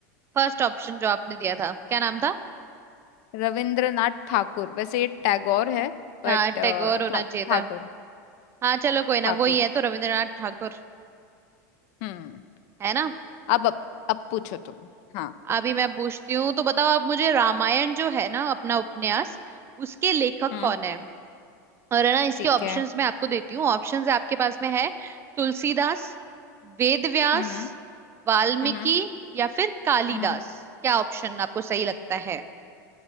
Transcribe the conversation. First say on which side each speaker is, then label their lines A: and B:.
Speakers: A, on the right (about 25°); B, on the left (about 60°).
A: फर्स्ट ऑप्शन जो आपने दिया था क्या नाम था
B: रविंद्रनाथ ठाकुर वैसे ये टैगोर है बट
A: हाँ
B: ठा,
A: टैगोर होना चाहिए
B: ठाकुर
A: था हाँ चलो कोई ना
B: ठाकुर
A: वही है तो रविंद्रनाथ ठाकुर
B: हम्म
A: है ना
B: अब अब, अब पूछो तुम हाँ
A: अभी मैं पूछती हूँ तो बताओ आप मुझे रामायण जो है ना अपना उपन्यास उसके लेखक
B: हम्म
A: कौन है और है ना इसके
B: ठीक
A: ऑप्शंस
B: है
A: मैं आपको देती हूँ ऑप्शंस आपके पास में है तुलसीदास वेद व्यास
B: हम्म
A: वाल्मीकि
B: हम्म हम्म
A: या फिर कालिदास
B: हम्म
A: क्या ऑप्शन आपको सही लगता है